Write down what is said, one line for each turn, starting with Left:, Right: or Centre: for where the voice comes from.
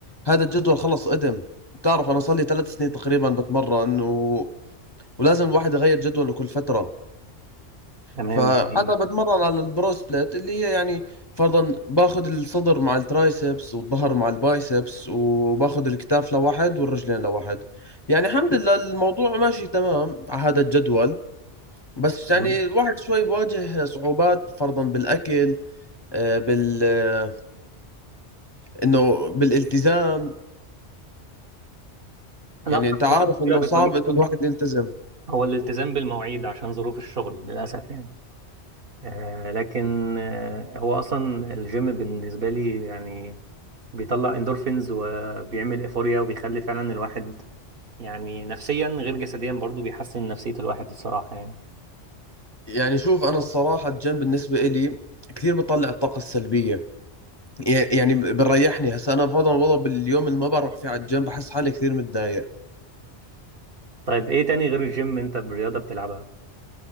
Left: هذا الجدول خلص قدم بتعرف أنا صار لي ثلاث سنين تقريبا بتمرن و... ولازم الواحد يغير جدوله كل فترة
Right: تمام
Left: فعادة
Right: ده حقيقي.
Left: بتمرن على البرو سبليت اللي هي يعني فرضا باخذ الصدر مع الترايسبس والظهر مع البايسبس وباخذ الكتاف لواحد والرجلين لواحد يعني الحمد لله الموضوع ماشي تمام على هذا الجدول بس يعني
Right: تمام
Left: الواحد شوي بواجه صعوبات فرضا بالأكل آه، بال آه، إنه بالالتزام
Right: أنا
Left: يعني
Right: أكتر
Left: أنت عارف
Right: مشكلة
Left: إنه صعب
Right: بتواجهني
Left: إنه الواحد يلتزم
Right: هو الالتزام بالمواعيد عشان ظروف الشغل للأسف يعني آه لكن آه هو أصلا الجيم بالنسبة لي يعني بيطلع اندورفينز وبيعمل ايفوريا وبيخلي فعلا الواحد يعني نفسيا غير جسديا برضو بيحسن نفسية الواحد الصراحة يعني
Left: يعني شوف أنا الصراحة الجيم بالنسبة إلي كثير بطلع الطاقة السلبية ي- يعني بريحني هسا أنا فرضا والله باليوم اللي ما بروح فيه على الجيم بحس حالي كثير متضايق
Right: طيب ايه تاني غير الجيم انت برياضة بتلعبها